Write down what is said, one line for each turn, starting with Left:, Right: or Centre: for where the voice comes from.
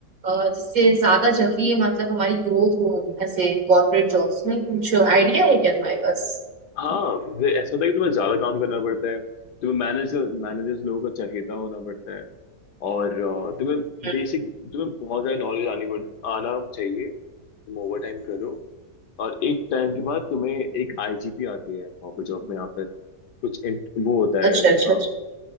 Right: अ, जिससे ज्यादा जल्दी मतलब हमारी ग्रोथ हो ऐसे कॉर्पोरेट जॉब्स में कुछ आइडिया है क्या तुम्हारे पास
Left: हाँ वे- ऐसा होता है कि तुम्हें ज्यादा काम करना पड़ता है तुम्हें मैनेज मैनेजर्स लोगों का चहेता होना पड़ता है और अ, तुम्हें
Right: हम्म,
Left: बेसिक तुम्हें बहुत सारी नॉलेज आनी पड़ आना चाहिए तुम ओवर टाइम करो और एक टाइम के बाद तुम्हें एक आईजीपी आती है कॉर्पोरेट जॉब में या फिर कुछ int- वो होता है
Right: अच्छा
Left: अ,
Right: अच्छा अच्छा